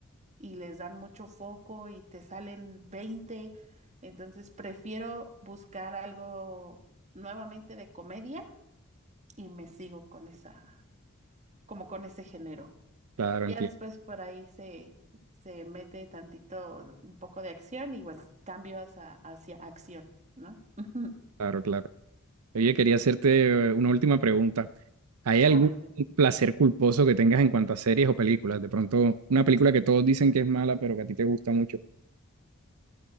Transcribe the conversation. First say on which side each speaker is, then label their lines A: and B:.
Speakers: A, on the right (about 30°); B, on the right (about 75°).
A: y les dan mucho foco y te salen veinte Entonces prefiero buscar algo nuevamente de comedia y me sigo con esa, como con ese género.
B: Claro,
A: Ya
B: entiendo.
A: después por ahí se, se mete tantito, un poco de acción y bueno, cambios a- hacia acción, ¿no? <laughs>
B: Claro, claro. Oye, quería hacerte eh, una última pregunta. ¿Hay
A: A
B: algún
A: ver. de-
B: placer culposo que tengas en cuanto a series o películas? De pronto, una película que todos dicen que es mala, pero que a ti te gusta mucho.